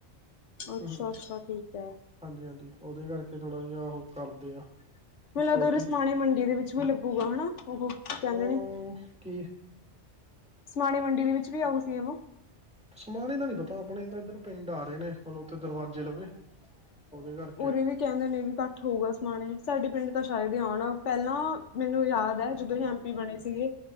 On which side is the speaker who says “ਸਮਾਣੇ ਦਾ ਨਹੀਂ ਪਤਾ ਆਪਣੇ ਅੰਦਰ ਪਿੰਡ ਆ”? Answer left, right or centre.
Centre